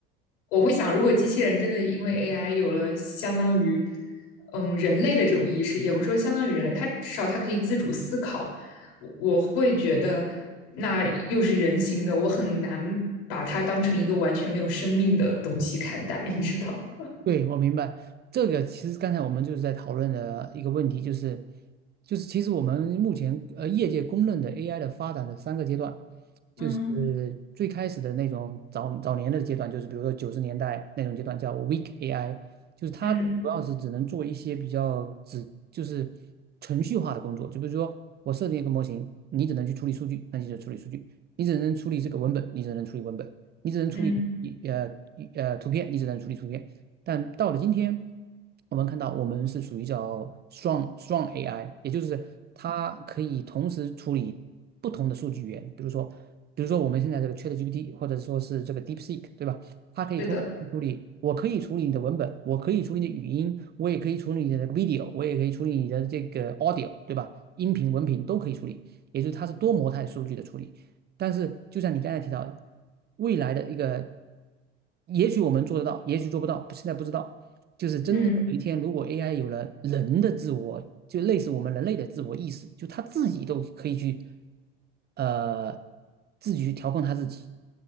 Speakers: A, on the left; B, on the right.
A: 我会想，如果机器人真的因为 AI 有了相当于嗯人类的这种意识，也不是说相当于人类，它至少它可以自主思考，我我会觉得那又是人形的，我很难把它当成一个完全没有生命的东西看待，你知道？
B: 对，我明白。这个其实刚才我们就是在讨论的一个问题，就是就是其实我们目前呃业界公认的 AI 的发展的三个阶段，就是最开始的那种早早年的阶段，
A: 嗯
B: 就是比如说九十年代那种阶段叫 weak AI，就是它主要是只能做一些比较只就是程序化的工作，
A: 嗯
B: 就比如说我设定一个模型，你只能去处理数据，那你就处理数据；你只能处理这个文本，你只能处理文本。你只能处理一呃一呃图片，
A: 嗯，
B: 你只能处理图片，但到了今天，我们看到我们是属于叫 strong strong AI，也就是它可以同时处理不同的数据源，比如说，比如说我们现在这个 ChatGPT，或者说是这个 DeepSeek，对吧？它可以同时处理，
A: 是的，
B: 我可以处理你的文本，我可以处理你的语音，我也可以处理你的那个 video，我也可以处理你的这个 audio，对吧？音频、文频都可以处理，也就是它是多模态数据的处理。但是就像你刚才提到的，未来的一个，也许我们做得到，也许做不到，现在不知道。就是真正的有一天，
A: 嗯
B: 如果 AI 有了人的自我，就类似我们人类的自我意识，就他自己都可以去，呃，自己去调控他自己。